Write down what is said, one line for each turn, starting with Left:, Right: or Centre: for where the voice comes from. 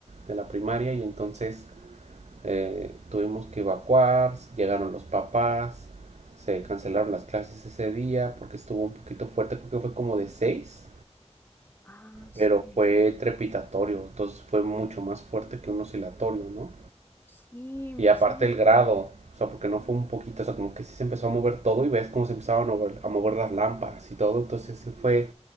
Right: de la primaria, y entonces eh, tuvimos que evacuar, llegaron los papás, se cancelaron las clases ese día porque estuvo un poquito fuerte, creo que fue como de seis
Left: Ah, sí,
Right: pero fue
Left: sí, sí.
Right: trepidatorio, entonces fue mucho más fuerte que un oscilatorio, ¿no?
Left: Sí,
Right: Y aparte
Left: sí,
Right: el grado, o sea, porque no fue un poquito, o sea, como que sí se empezó a mover todo y ves cómo se empezaban a mover, a mover las lámparas y todo, entonces sí fue